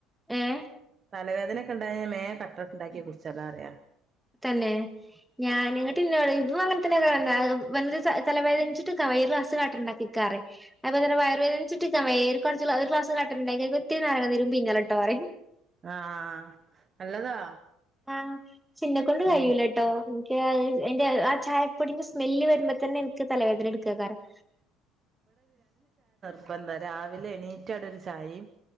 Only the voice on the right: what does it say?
തലവേദനൊക്കെ ഉണ്ടായാ മേ കട്ട ഉണ്ടാക്കി കുടിച്ചല്ലോ പറിയാം
ആഹ് നല്ലതാ
ആഹ്
അപ്പ എന്താ രാവിലെ എണീറ്റാട ഒരു ചായിം